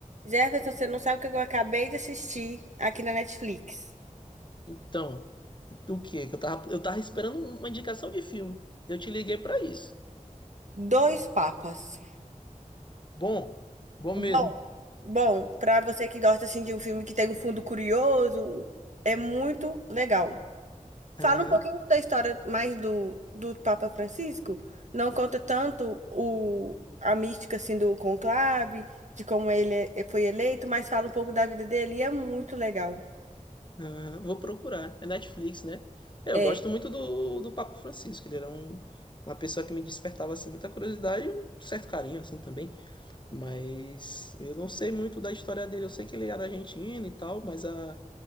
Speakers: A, on the right; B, on the left.
A: Jefferson, você não sabe o que eu acabei de assistir aqui na Netflix.
B: Então, do quê? que? Eu tava, eu tava esperando uma indicação de filme. Eu te liguei pra isso.
A: Dois Papas.
B: Bom, bom
A: Bom,
B: mesmo.
A: bom, pra você que gosta assim de um filme que tem um fundo curioso, é muito legal.
B: Aham,
A: Fala um pouquinho da história mais do, do Papa Francisco. Não conta tanto o, a mística assim do conclave, de como ele é- foi eleito, mas fala um pouco da vida dele e é muito legal.
B: aham, vou procurar. É Netflix, né? É,
A: É.
B: Eu gosto muito do, do Papa Francisco. Ele era um, uma pessoa que me despertava assim, muita curiosidade e um certo carinho assim também. Mas eu não sei muito da história dele. Eu sei que ele era argentino e tal, mas a,